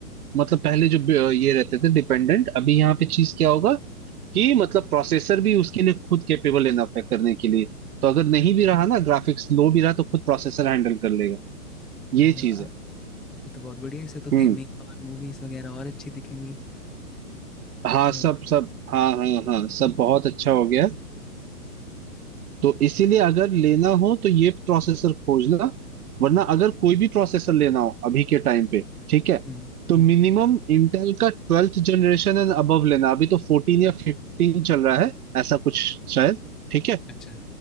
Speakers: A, on the right; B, in the centre.
A: मतलब पहले जो ब- ये रहते थे डिपेंडेंट अभी यहाँ पे चीज क्या होगा कि मतलब प्रोसेसर भी उसके लिए खुद कैपेबल इनफ है करने के लिए तो अगर नहीं भी रहा ना ग्राफिक्स लो भी रहा तो खुद प्रोसेसर हैंडल कर लेगा
B: अरे
A: ये
B: वाह
A: चीज है
B: ये तो बहुत बढ़िया है, इससे तो गेमिंग
A: हम्म
B: और मूवीज वगैरह और अच्छी दिखेंगी
A: हाँ
B: तो
A: सब सब हाँ हाँ हाँ सब बहुत अच्छा हो गया तो इसीलिए अगर लेना हो तो ये प्रोसेसर खोजना वरना अगर कोई भी प्रोसेसर लेना हो अभी के टाइम पे ठीक है
B: हम्म
A: तो
B: हम्म
A: मिनिमम इंटेल का ट्वेल्थ जनरेशन एंड अबव लेना अभी तो फोर्टीन या फिफ्टीन चल रहा है ऐसा कुछ शायद ठीक है
B: अच्छा